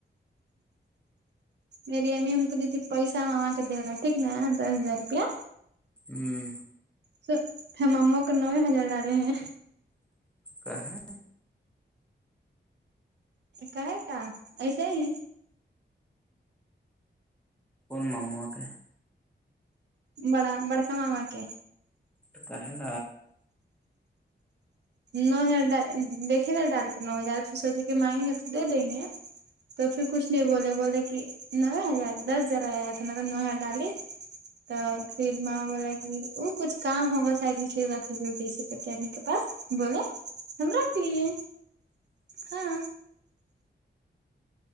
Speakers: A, on the right; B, in the centre.
A: میری امی ہم کو دی تھی پیسا ہم وہاں کے دے رہا ٹیک نا دس ہزار روپیہ
B: ہوں
A: س ہم ان کو نوے ہزار ڈالے ہیں
B: کا ہے
A: کا ہےتا ایسا ہی
B: کون ماموا کے
A: بڑا بڑکا ماما کے
B: اتا ہےا
A: نو ہزار ڈ دیکھے گا ڈالک نو ہزار پھر سوچے کے مانگیں گے تو دے دیں گے تو پھر کچھ نہیں بولے بولے کہ نو ہزار دس ہزار آیا تھا نلب نو ہزار ڈالی تو پھر ماں بولا کہ وہ کچھ کام ہوگا شایدمی کے پاس بولے ہم رکھ لیے ہاں